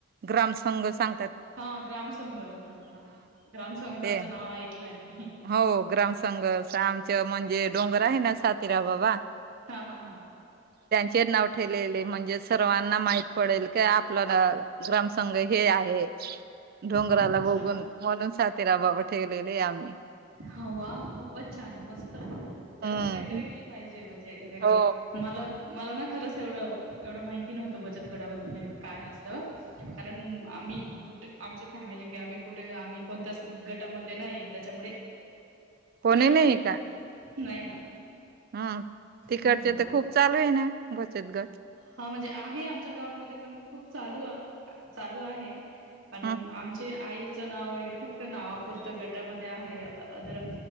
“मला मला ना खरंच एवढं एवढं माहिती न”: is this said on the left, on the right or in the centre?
Right